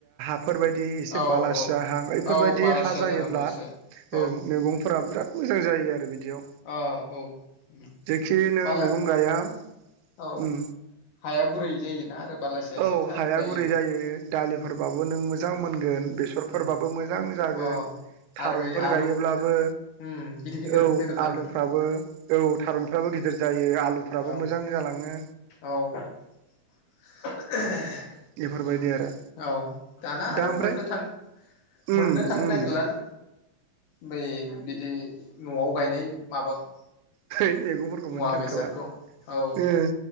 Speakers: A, on the right; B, on the left.
A: <unintelligible> बिदि एसे
B: औ
A: बालासिया
B: औ
A: हा बेफोरबायदि
B: औ बालासिया
A: हा जायोब्ला
B: जानांगौ एसे औ
A: मैगंफोरा बिराद मोजां जायो आरो बिदियाव
B: औ औ उम
A: जेखि नोङो
B: बाला
A: मैगं गाया
B: औ
A: उम
B: हाया गुरै जायोना आरो बालासिय
A: औ
B: एसे था
A: हाया
B: जायोबा
A: गुरै जायो दालिफोरबाबो नों मोजां मोनगोन बेसरफोरबाबो
B: उम
A: मोजां जागोन
B: अ
A: थारुनफोर
B: आरो बै आलु
A: गायोब्लाबो
B: उम गिदिर गिदिर
A: औ
B: बेदर थाङो
A: आलुफ्राबो औ थारुनफ्राबो गिदिर जायो फ्राबो
B: औ
A: मोजां जालाङो
B: औ <inaudible>
A: बेफोरबायदि आरो
B: औ दाना आरो
A: दा ओमफ्राय
B: मोननो थां मोननो
A: उम
B: थांनो
A: उम
B: नागिरलाना बै बिदि नआव गायनाय माबाखौ
A: हैै मैगंफोरखौ
B: मुवा
A: मोननो थांखाला
B: बेसादखौ औ
A: ओम